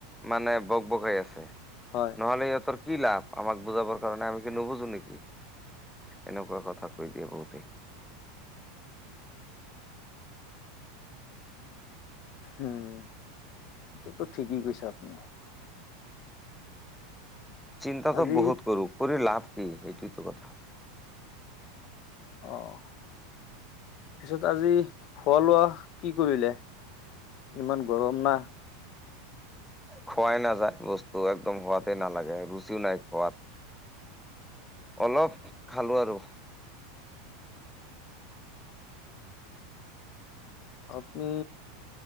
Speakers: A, in the centre; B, on the left.
A: মানে বক বকাই আছে।
B: হয়
A: নহলে সিহঁতৰ। আমাক বুজাবৰ কাৰণে আমি কি নুবুজো নেকি। এনেকুৱা কথা কৈ দিয়ে বহুতেই।
B: <unintelligible> উম। এইটোতো ঠিকেই কৈছে আপুনি।
A: চিন্তাটো
B: আজি
A: বহুত কৰো কৰি লাভ কি? এইটোৱেতো কথা।
B: অহ। পিছত আজি খোৱা লোৱা কি কৰিলে? ইমান গৰম না।
A: খোৱাই নাযায় বস্তু একদম হোৱাতেই নালাগে ৰুচিও নাই খোৱা। অলপ খালোঁ আৰু।
B: আপুনি